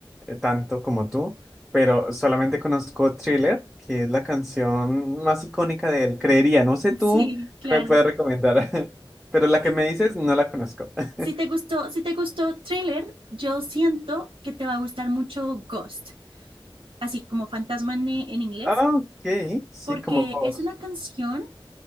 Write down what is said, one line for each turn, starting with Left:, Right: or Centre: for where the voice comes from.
Centre: eh, tanto como tú, pero solamente conozco Thriller, que es la canción más icónica de él, creería, no sé tú,
Right: Sí, claro.
Centre: ¿qué me puedes recomendar. <laughs> Pero la que
Right: Sí.
Centre: me dices no la conozco.
Right: Si
Centre: <laughs>
Right: te gustó, si te gustó Thriller, yo siento que te va a gustar mucho Ghost, así como fantasma en en inglés.
Centre: Ah, ok, sí,
Right: porque
Centre: como Ghost.
Right: es una canción